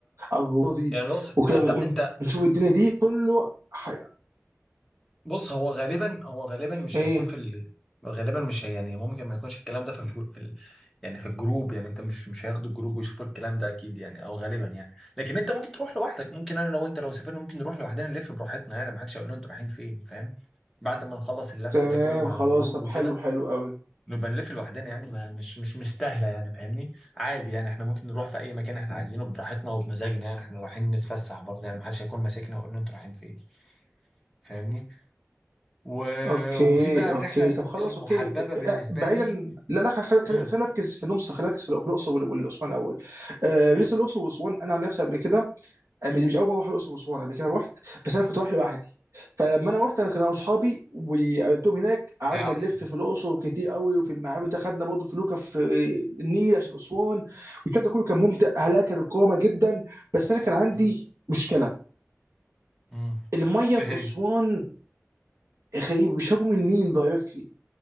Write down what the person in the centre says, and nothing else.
يعني الأقصر
أنت أنت
بص هو غالبا هو غالبا مش
هيكون في ال... غالبا مش هي... يعني ممكن ما يكونش الكلام ده في الجو... في يعني في الجروب يعني انت مش مش هياخدوا الجروب ويشوفوا الكلام ده اكيد يعني او غالبا يعني لكن انت ممكن تروح لوحدك ممكن انا لو انت لو سافرنا ممكن نروح لوحدنا نلف براحتنا يعني محدش هيقول لنا انتوا رايحين فين فاهم بعد ما نخلص اللف
ده كله مع الجروب
وكده
نبقى نلف لوحدنا يعني ما مش مش مستاهله يعني فاهمني عادي يعني احنا ممكن نروح في اي مكان احنا عايزينه براحتنا وبمزاجنا يعني احنا رايحين نتفسح برضه يعني محدش هيكون ماسكنا ويقول لنا انتوا رايحين فين فاهمني و...
وفي بقى الرحله
المحببه
بالنسبه
لي
مم.
مم.
ده احسن
مم.
مم.
ايه
هي